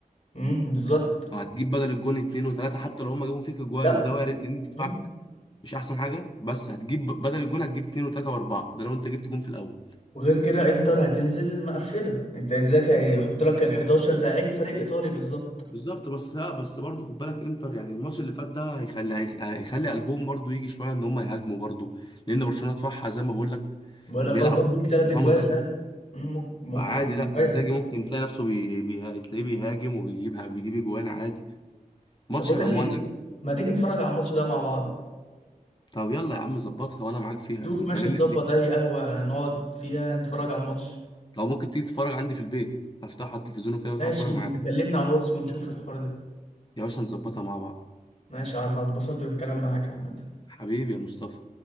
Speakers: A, on the left; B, on the left.
A: امم بالظبط
B: هتجيب بدل الجون اتنين وتلاته حتى لو هما جابوا فيك اجوان
A: لا
B: وده وارد لان انت دفاعك
A: مم.
B: مش احسن حاجه بس هتجيب بدل الجون هتجيب اتنين وتلاته واربعه ده لو انت جبت جون في الاول
A: وغير كده انتر هتنزل مقفله انت انزاك هيحط لك ال 11 زي اي فريق ايطالي بالظبط
B: بالظبط بس لا بس برضه خد بالك انتر يعني الماتش اللي فات ده هيخلي هيخ- هيخلي قلبهم برضه يجي شويه ان هم يهاجموا برضه لان برشلونه دفاعها زي ما بقول لك
A: بقول لك
B: بيلعب
A: اه كان فيك ثلاث
B: دفاع
A: اجوال
B: متقدم
A: فعلا مم، ممكن ممكن
B: فعادي لا
A: وارد
B: انزاجي ممكن تلاقي نفسه بي... بي... تلاقيه بيهاجم وبيجيب بيجيب اجوان عادي الماتش
A: طب بقول
B: هيبقى
A: لك
B: مولع
A: ايه ما تيجي نتفرج على الماتش ده مع بعض
B: طب يلا يا عم ظبطها وانا معاك فيها
A: شوف
B: يعني
A: ماشي
B: كلمني
A: نظبط
B: قبل
A: اي قهوه نقعد فيها نتفرج على الماتش
B: لو ممكن تيجي تتفرج عندي في البيت افتحها على التلفزيون وكده وتقعد
A: ماشي
B: اتفرج
A: نكلمنا
B: معاك
A: على الواتس ونشوف الحوار ده
B: يا باشا نظبطها مع بعض
A: ماشي عارف انا اتبسطت بالكلام معاك عامة
B: حبيبي يا مصطفى